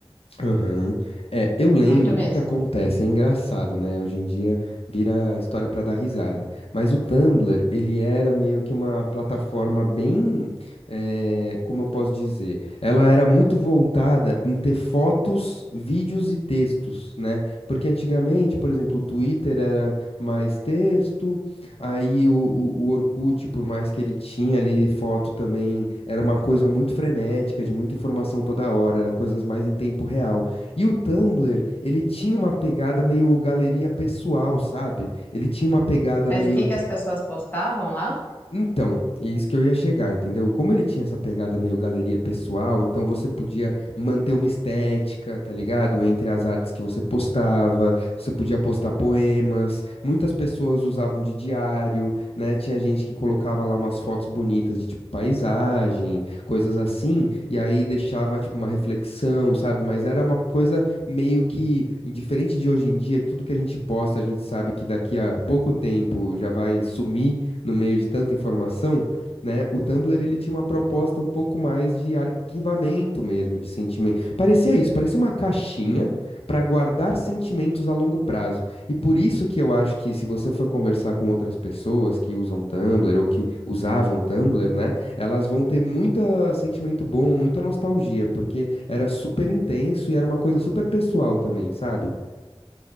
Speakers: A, on the left; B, on the left.
A: Aham. É, eu lembro
B: muito
A: o
B: mesmo.
A: que que acontece, é engraçado, né? Hoje em dia vira história pra dar risada. Mas o Tumblr, ele era meio que uma plataforma bem, eh, como eu posso dizer, ela era muito voltada em ter fotos, vídeos e textos, né? Porque antigamente, por exemplo, o Twitter era mais texto, Aí o, o, o Orkut, por mais que ele tinha ali foto também, era uma coisa muito frenética, de muita informação toda hora, era coisas mais em tempo real. E o Tumblr, ele tinha uma pegada meio galeria pessoal, sabe? Ele tinha uma pegada
B: Mas
A: meio
B: o que que as pessoas postavam lá?
A: então, é isso que eu ia chegar, entendeu? Como ele tinha essa pegada meio galeria pessoal, então você podia manter uma estética, tá ligado? Entre as artes que você postava, você podia postar poemas, muitas pessoas usavam de diário, né? Tinha gente que colocava lá umas fotos bonitas de tipo paisagem, coisas assim, e aí deixava tipo uma reflexão, sabe? Mas era uma coisa meio que diferente de hoje em dia, que tudo que a gente posta, a gente sabe que daqui a pouco tempo já vai sumir no meio de tanta informação, né? O Tumblr ele tinha uma proposta um pouco mais de arquivamento mesmo, de sentimento. Parecia isso, parecia uma caixinha para guardar sentimentos a longo prazo. E por isso que eu acho que se você for conversar com outras pessoas que usam Tumblr ou que usavam Tumblr, né, elas vão ter muito sentimento bom, muita nostalgia, porque era super intenso e era uma coisa super pessoal também, sabe?